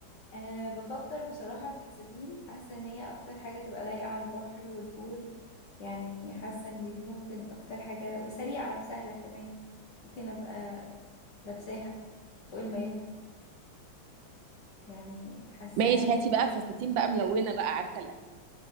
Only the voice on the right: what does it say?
ماشي هاتي
بقى فساتين بقى ملونه بقى عارفه الأ-